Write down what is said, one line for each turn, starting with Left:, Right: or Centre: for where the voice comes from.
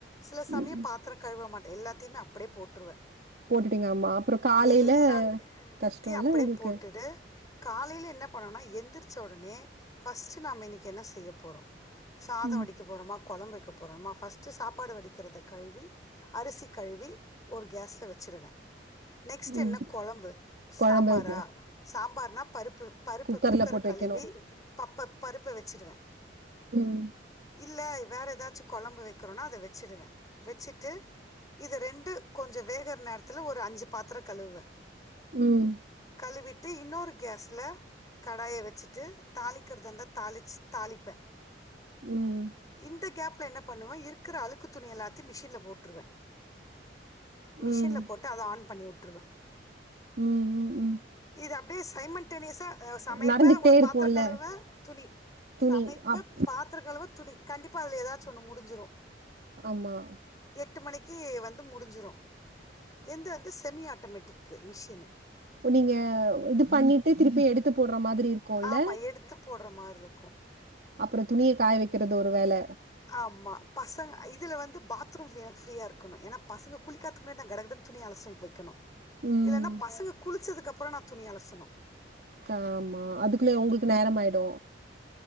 Left: சில சமயம்
Right: ம். ம்.
Left: பாத்திர கழுவ மாட் எல்லத்தையுமே அப்படியே போட்ருவே
Right: போட்டுட்டீங்க ஆமா அப்புறொ காலையில
Left: எல்லாத்தையு
Right: கஷ்டொல்ல
Left: அப்படியே
Right: உங்களுக்கு
Left: போட்டுட்டு காலையில என்ன பண்ணுவெனா எந்திரிச்ச ஒடனே ஃபஸ்ட் நாம இன்னைக்கு என்ன செய்ய போறோ சாத
Right: ம்.
Left: வடிக்க போறோமா கொழம்பு வைக்க போறோமா ஃபஸ்ட்டு சாப்பாடு வடிக்கிறத கழுவி அரிசி கழுவி ஒரு கேஸ்ல வச்சுடுவே நெக்ஸ்ட்
Right: ம்.
Left: என்ன கொழம்பு
Right: குழம்பு
Left: சாம்பாரா
Right: கு
Left: சாம்பார்னாப் பருப்பு பருப்பு
Right: குக்கர்ல
Left: குக்கர
Right: போட்டு
Left: கழுவி
Right: வைக்கணும்.
Left: பப்ப பருப்ப வெச்சுடுவே
Right: உம்
Left: இல்ல வேற ஏதாச்சு கொழம்பு வைக்கிறோனா அத வெச்சுடுவே வெச்சுட்டு இத ரெண்டு கொஞ்சோ வேகுற நேரத்துல ஒரு அஞ்சு பாத்திரோ கழுவுவே
Right: உம்
Left: கழுவிட் ட்டு இன்னொரு கேஸ்ல கடாய வச்சுட்டு தாளிக்கிறதாந்தா தாளிச்சு தாளிப்பே
Right: ம்.
Left: இந்த கேப் ப்ப என்ன பண்ணுவே இருக்குற அழுக்கு துணி எல்லாத்தியு மிஷின்ல போட்ருவே மிஷின்ல
Right: ம்.
Left: போட்டு அத ஆன் பண்ணி உட் றுவே
Right: உம் உம் உம்
Left: இது அப்டியே சைமண் டுனியஸ்ஸா அ சமைப்ப
Right: நடந்துகிட்டே
Left: ஒரு
Right: இருக்கும்ல
Left: பாத்திர கழுவுவ துணி
Right: துணி.
Left: சமைப்ப
Right: அப்
Left: பாத்திர கழுவுவத் துணி கண்டிப்பா அதுல ஏதாச்சு ஒன்னு முடிஞ்சிடு
Right: அமா
Left: எட்டு மணிக்கு வந்து முடிஞ்சிடு எந்து வந்து செமி ஆட்டோமேட்டிக் மிஷின்னு
Right: நீங்க இது பண்ணிட்டு திருப்பி எடுத்து போடுற மாதிரி இருக்குல்ல
Left: ஆமாம் எடுத்து போடுற மாதிரி இருக்கும்
Right: அப்புறோ துணிய காய வைக்குறது ஒரு வேல
Left: ஆமா பசங்க இதுல வந்து பாத்ரூம் ஃப் எனக்கு ஃப்ரீயா இருக்கணு ஏன்னா பசங்க குளிக்காத்துக்கு முன்னா நா கடகடன்னு துணி அலசல்கு வைக்கணு
Right: ம்.
Left: இல்லன்னா பசங்க குளிச்சதுக்கு அப் புறோ நா துணிய அலசனு
Right: ஆமா அதுக்குள்ளே உங்களுக்கு நேரம் ஆயிடு